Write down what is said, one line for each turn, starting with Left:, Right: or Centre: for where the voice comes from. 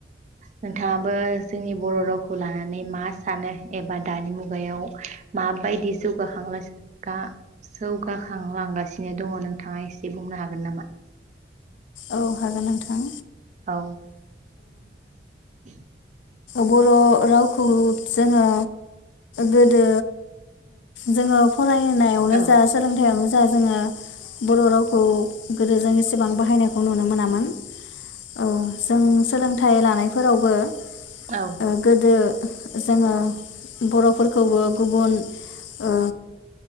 Right: नोंथाङाबो जोंनि बर' रावखौ लानानै मा सानो एबा दानि मुगायाव माबायदि जौगाखांला गा जौ खां लांगासिनो दङ नोंथाङा एसे बुंनो हागोन नामा
Left: औ हागोन नोंथां
Right: औ <inaudible>
Left: बर' रावखौ जोङो गोदो जोङो फरायनायावनो
Right: औ
Left: जा सोलोंथायाइयावनो दा जोङो बर' रावखौ गोदो जों एसेबां बाहायनायखौ नुनो मोनामोन औ जों सोलों थाइ लानायफोरावबो
Right: औ
Left: ओ गोदो जोङो बर'फोरखौबो गुबुन ओ